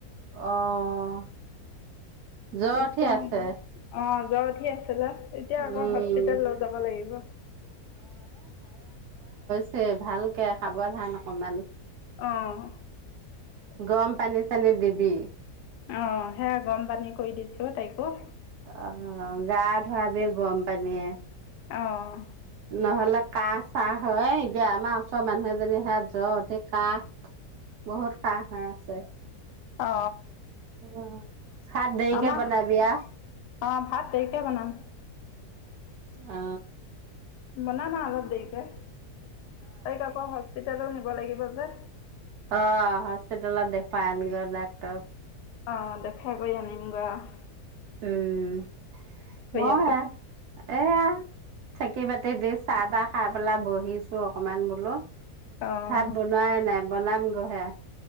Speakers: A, on the right; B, on the left.
A: অহ', জ্বৰ উঠি
B: স্কুল
A: আছে
B: নগ'লে অঁ জ্বৰ উঠি আছে লে এতিয়া আকৌ
A: উম
B: হস্পিতাল লৈ যাব লাগিব।
A: ছে ভালকে সাৱধান অকমান
B: অ',
A: গৰম পানী-চানী দিবি
B: অ', সেয়া গৰম পানী কৰি দিছো তাইকো
A: অ', গা ধোৱাবি গৰম পানীয়ে
B: অ',
A: নহলে কাহ চাহ হয় এতিয়া আমা চৰ মানুহএজনি সেইয়া জ্বৰ উঠি কাহ বহুত কাহ হৈ আছে।
B: অ।
A: অ ভাত দেৰিকে
B: আমাৰ,
A: বনাবি আও
B: অ', ভাত দেৰিকে বনাম।
A: অ।
B: বনাম আৰু অলপ দেৰিকে। তাইক আকৌ হছস্পিটেলও নি নিব লাগিব যে।
A: অ', হস্পিটেলত দেখুৱাই আনগৈ ডাক্টৰক।
B: অ', দেখাই গৈ আনিম গৈ অহ।
A: উম', মই
B: আছে
A: হে এয়া চাকি বাতি দি চাহ তাহ খাই পেলাই বহিছো অকমান বোলো।
B: অঁ
A: ভাত বনোৱাই নাই। বনাম গহে।